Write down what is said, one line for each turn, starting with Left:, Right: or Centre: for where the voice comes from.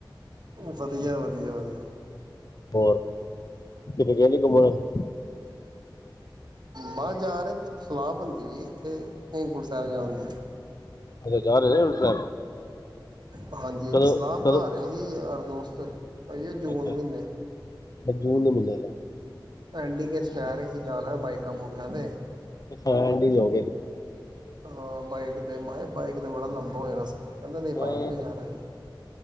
Right: ਵਧੀਆ-ਵਧੀਆ-ਵਧੀਆ,
Left: ਹੋਰ, <unintelligible>
Right: ਬਾਹਦ ਜਾ ਰਹੇ ਸਲਾਹ ਬਣਦੀ ਐ ਇੱਥੇ ਹੇਮਕੁੰਟ ਸਾਹਿਬ ਜਾਣ ਦੀ,
Left: ਅੱਛਾ ਜਾ ਰਹੇ
Right: ਹਾਂਜੀ
Left: ਕਦੋਂ-ਕਦੋਂ
Right: ਹਾਂਜੀ, ਸਲਾਹ ਬਣਾ ਰਹੇ ਸੀ ਯਾਰ ਦੋਸਤ ਇਹ ਜੂਨ
Left: ਅੱਛਾ
Right: ਮਹੀਨੇ
Left: ਜੂਨ ਦੇ ਮਹੀਨੇ ਦਾ,
Right: ਪੈਂਡਿੰਗ ਚ ਕਹਿ ਰਹੇ ਸੀ ਜਾਣਾ ਬਾਈਕਾਂ ਬੁਕ ਕਹਿਦੇ,
Left: ਅੱਛਾ ਐਂਡਿੰਗ ਹੋ ਗਏ
Right: ਹਾਂ ਬਾਈਕ ਤੇ ਮਾਏ ਬਾਈਕ ਤੇ ਬੜਾ ਲੰਬਾ ਹੋ ਸਫ਼ਰ ਕਹਿੰਦਾ ਨਹੀਂ ਬਾਈਕ
Left: ਹਾਂ
Right: ਤੇ ਜਾਣਾ ਜ